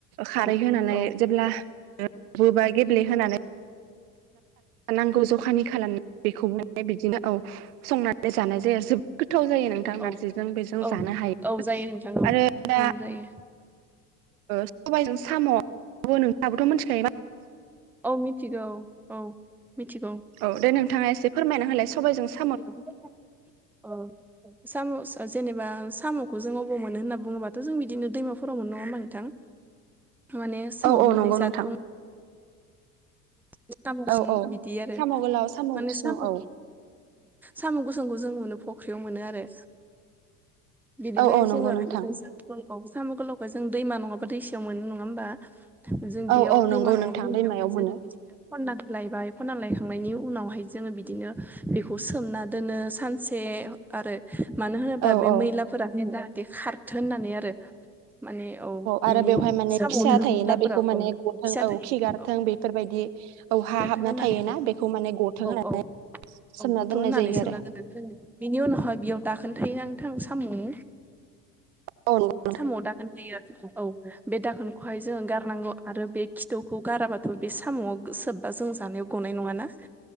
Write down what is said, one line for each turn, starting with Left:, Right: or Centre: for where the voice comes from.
Right: खारै
Centre: औ
Right: होनानै
Centre: औ ओं
Right: जेब्ला
Centre: औ
Right: बबा गेब्लेहोनानै नांगौ जखानि खालामांगौ बेखौ बिदिनो औ संनानै जानाय जायो जोबोद गोथाव जायो नोंथां
Centre: औ
Right: नारजिजों बेजों
Centre: औ
Right: जानो हायो।
Centre: औ जायो नोंथां औ
Right: आरो दा
Centre: औ जायो
Right: सबबायजों साम' आ नोंथाङाबोथ' मिथिखायोमा
Centre: औ मिथिगौ औ मिथिगौ
Right: औ दे नोंथाङा एसे फोरमायना होलाय सबायजों स
Centre: <unintelligible> अ साम' जेनेबा साम'खौ जों अबाव मोनो होनना बुङोबाथ' जों बिदिनो दैमाफोराव मोन नङा होनोमा नोंथां। माने साव
Right: औ औ
Centre: मोननै
Right: नंगौ
Centre: जा
Right: नोंथां
Centre: दं। साम'
Right: औ
Centre: स
Right: औ
Centre: बिदि आरो
Right: साम' गोलाव
Centre: माने
Right: गुसुं
Centre: साम'
Right: औ
Centre: साम' गुसुंखौ जों मोनो फख्रियाव मोनो आरो बिदि
Right: औ
Centre: बायसे
Right: औ नंगौ नोंथां
Centre: बिदिबाय स गोलाव साम' गोलावखौ जों दैमा नङाबा दैसायाव मोनो नङा होमबा? जों
Right: औ
Centre: बेयाव
Right: औ नंगौ
Centre: दैमा
Right: नोंथां
Centre: नङाबो जोंनि
Right: दैमायाव
Centre: जावनाय
Right: मोनो
Centre: बिदनो खना लायबाय खना लायखांनायनि उनावहाय जोङो बिदिनो बेखौ सोमना दोनो सानसे से आरो मानो होनोब्ला
Right: औ
Centre: बे
Right: औ
Centre: मैलाफोरा जाहाथे खारथो होननानै आरो। माने औ
Right: आरो
Centre: बिनि
Right: बेवहाय माने
Centre: सामनि
Right: फिसा
Centre: <inaudible> धोरोमिलाफोरा
Right: थायोना बेखौ माने
Centre: औ
Right: गथों
Centre: फिसा
Right: औ
Centre: थायो
Right: खिगारथों
Centre: औ
Right: बेफोरबायदि औ हा
Centre: देरथों
Right: हाबना
Centre: होननानै
Right: थायोना
Centre: औ
Right: बेखौ माने गथों होननानै
Centre: औ
Right: सोमना
Centre: औ गथ'
Right: दोननाय
Centre: होननानै
Right: जायो
Centre: सोंना
Right: आरो
Centre: दोनदों जोङो बिनि उनावहाय बेयाव दाखोन्थायायो थां सामुं
Right: औ <inaudible>
Centre: साम'आव दाखोन थायो आरो औ बे दाखोनखौहाय जोङ गारनांगौ आरो बे खिथौखौ गाराबा थह बे साम'आव सोबबा जों जानायाव गनाय नङाना।